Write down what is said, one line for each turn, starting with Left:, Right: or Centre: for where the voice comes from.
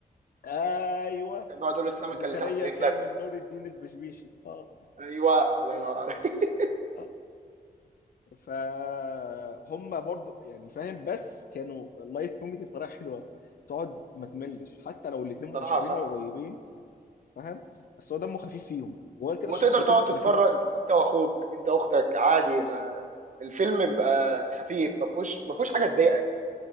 Left: ايوه
Right: كان بيقعد يقول له السمكه
Left: زكريا
Right: اللي تحت رجلك
Left: كامل
Right: و...
Left: نور الدين البشبيشي اه
Right: ايوه الله ينور عليك
Left: اه فهم برضه يعني فاهم بس كانوا لايت كوميدي بطريقه حلوه تقعد ما تملش حتى لو
Right: <laughs>
Left: الاثنين متشابهين
Right: بصراحه صح
Left: او قريبين فاهم بس هو دمه خفيف فيهم وغير كده
Right: وتقدر
Left: الشخصيتين
Right: تقعد
Left: مختلفين
Right: تتفرج انت واخوك انت واختك عادي ما الفيلم بيبقى خفيف ما فيهوش ما فيهوش حاجه تضايقك